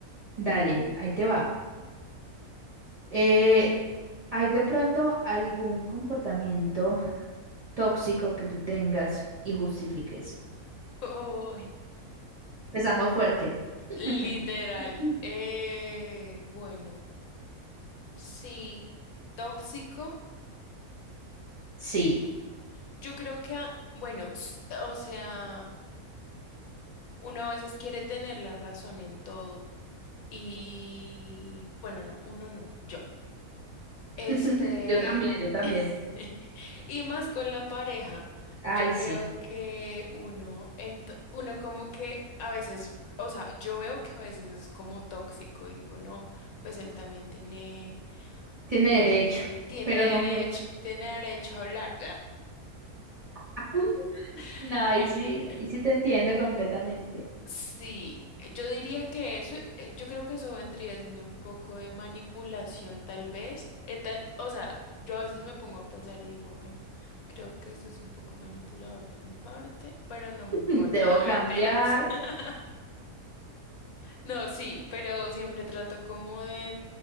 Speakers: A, on the right; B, on the left.
A: Dale, ahí te va. Eh, ¿hay de pronto algún comportamiento tóxico que tú tengas y justifiques?
B: <laughs> Uy,
A: Empezamos fuerte. <laughs>
B: literal. Eh, bueno, sí, tóxico.
A: Sí,
B: Yo creo que, a- bueno, s- o sea, uno a veces quiere tener la razón en todo. Y, bueno, no, uno no, yo.
A: <laughs>
B: Este,
A: yo también, yo también.
B: <laughs> y más con la pareja,
A: Ay,
B: yo
A: sí,
B: creo que uno, ent- uno como que a veces, o sea, yo veo que a veces es como tóxico y digo, no, pues él también tiene,
A: tiene
B: dere-
A: derecho,
B: tiene
A: pero
B: derecho,
A: no mucho.
B: tiene derecho a hablar.
A: <laughs>
B: <laughs>
A: No, ahí sí, ahí sí te entiendo completamente.
B: Sí, eh, yo diría que eso, eh, yo creo que eso vendría siendo un poco de manipulación tal vez. Eh, ta- o sea, yo a veces me pongo a pensar y digo, bueno, creo que eso es un poco manipulador de mi parte, pero no me
A: <laughs>
B: importa,
A: Debo
B: no
A: cambiar.
B: mentiras. <laughs> No, sí, pero siempre trato como de